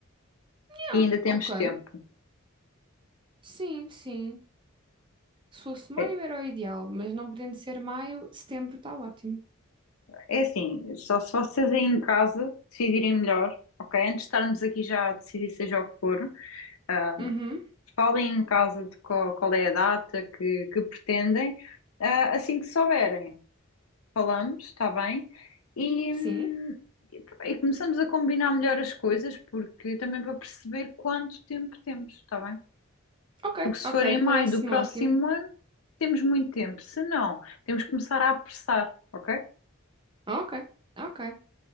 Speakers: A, on the right (about 25°); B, on the left (about 80°).
A: Ah,
B: E ainda temos
A: Ok,
B: tempo.
A: sim, sim. Se fosse
B: É,
A: maio era o ideal, mas não podendo ser maio, setembro está ótimo.
B: é assim, só se vocês aí em casa decidirem melhor, ok? Antes de estarmos aqui já a decidir seja o que for, ah,
A: Uhum,
B: falem em casa de qual, qual é a data que, que pretendem, ah, assim que souberem. falamos, está bem? E,
A: sim.
B: hum, e começamos a combinar melhor as coisas, porque também para perceber quanto tempo temos, está bem?
A: Ok,
B: Porque se
A: ok,
B: for em maio
A: parece-me
B: do próximo
A: ótimo.
B: ano, temos muito tempo. Se não, temos que começar a apressar, ok?
A: Ok, ok,